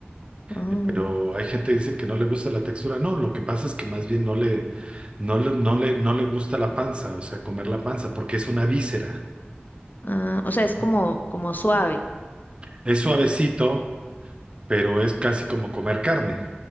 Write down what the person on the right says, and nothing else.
Eh, Pero hay gente que dice que no le gusta la textura. No, lo que pasa es que más bien no le, no le, no le, no le gusta la panza, o sea, comer la panza, porque es una víscera.
¿no?
Es suavecito, pero es casi como comer carne.